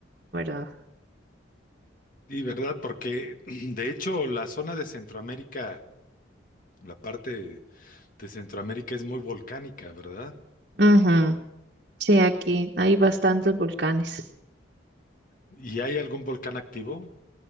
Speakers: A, on the right (about 55°); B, on the left (about 45°).
A: ¿verdad?
B: Y verdad, porque <clears throat> de hecho la zona de Centroamérica, la parte De Centroamérica es muy volcánica, ¿verdad?
A: Ujú. Sí, aquí hay bastantes volcanes.
B: ¿Y hay algún volcán activo?